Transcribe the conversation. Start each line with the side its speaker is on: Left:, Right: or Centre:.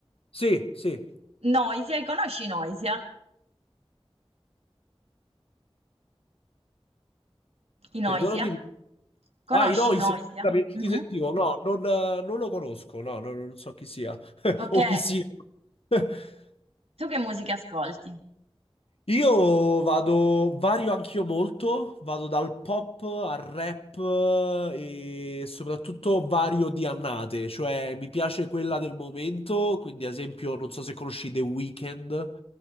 Left: Sì, sì,
Right: Noisia, conosci Noisia? I
Left: perdonami.
Right: Noisia?
Left: lui.
Right: Conosci
Left: Ah, i Noisia,
Right: Noisia?
Left: scusami, non
Right: Mhm.
Left: ti sentivo. No, non, eh, non lo conosco, no, no, non so chi sia. <laughs>
Right: Okay,
Left: O chi sia. <laughs>
Right: tu che musica ascolti?
Left: Io vado, vario anch'io molto, vado dal pop al rap eh, e soprattutto vario di annate, cioè mi piace quella del momento, quindi ad esempio non so se conosci The Weeknd,